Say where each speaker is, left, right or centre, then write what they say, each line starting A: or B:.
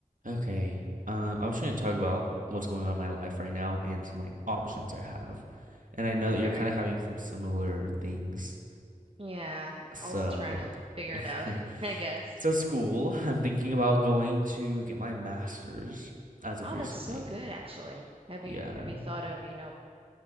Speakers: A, on the right (about 65°); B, on the right (about 40°).
A: Okay. Um, I was going to talk about what's going on in my life right now and some like options I have. And I know that
B: Okay.
A: you're kind of having some similar things.
B: Yeah.
A: So,
B: Also trying to figure
A: <laughs>
B: it out, <laughs> I guess.
A: so school, I'm thinking about going to get my master's as of
B: Oh,
A: recently.
B: that's so good, actually. Have
A: Yeah.
B: you have you thought of, you know,